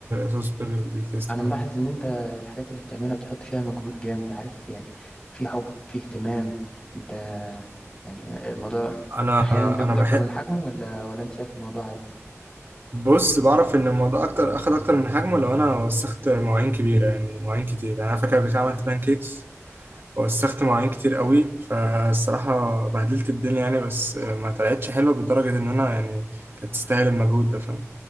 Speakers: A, on the right (about 45°); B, on the left (about 15°).
A: صوص برجر بيك تيستي
B: انا ملاحظ
A: فاهم
B: ان انت الحاجات اللي بتعملها بتحط فيها مجهود جامد عارف يعني في حب في اهتمام انت يعني الموضوع
A: انا
B: احيانا بياخد
A: انا
B: اكبر
A: بحب
B: من حجمه ولا ولا انت شايف الموضوع عادي
A: بص بعرف ان الموضوع اكتر اخد اكتر من حجمه لو انا وسخت مواعين كبيره يعني مواعين كتير يعني انا فاكر قبل كده عملت بان كيكس وسخت مواعين كتير قوي فالصراحه بهدلت الدنيا يعني بس ما طلعتش حلوه بالدرجه ان انا يعني كانت تستاهل المجهود ده فاهم